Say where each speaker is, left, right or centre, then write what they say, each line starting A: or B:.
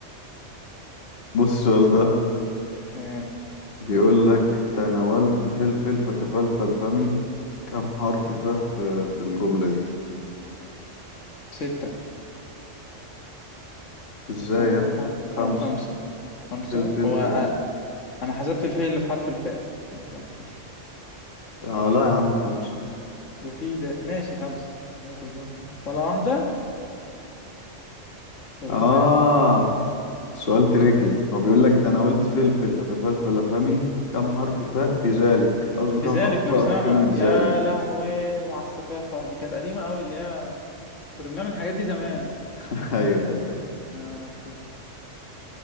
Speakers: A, on the left; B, on the left.
A: بص السؤال ده
B: إيه.
A: بيقول لك تناولت فلفل فتفلفل فمي كم حرف فاء في في الجملة دي
B: ستة
A: ازاي
B: أو
A: يا ابني
B: خ...
A: خمسة
B: أو خمسة خمسة
A: فلفل
B: هو
A: فلفل فت... واحد
B: أ- أنا حسبت الفاء اللي في حرف الفاء نفسها <laughs>
A: اه لا يا عم خمسة
B: وفي ذلك ماشي خمسة آخر جملة. ولا واحدة طب
A: اه
B: إزاي
A: سؤال تريكي هو بيقول لك تناولت فلفل فتفلفل فمي كم حرف فاء في ذلك قصده
B: في
A: كم
B: ذلك
A: حرف
B: نفسها
A: فاء في كلمة
B: يا
A: ذلك
B: لهوي على السخافة دي كانت قديمة أوي اللي هي كنا بنعمل الحاجات دي زمان
A: <laughs> ايوه ايوه
B: يا ربي